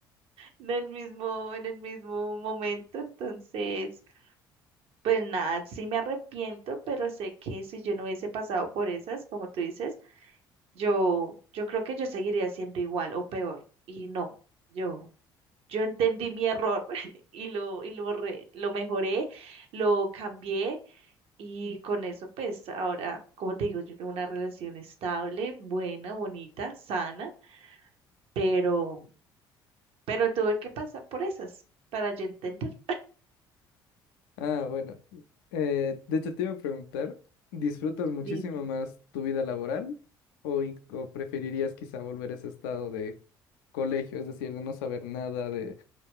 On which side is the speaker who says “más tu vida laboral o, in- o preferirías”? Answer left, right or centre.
Left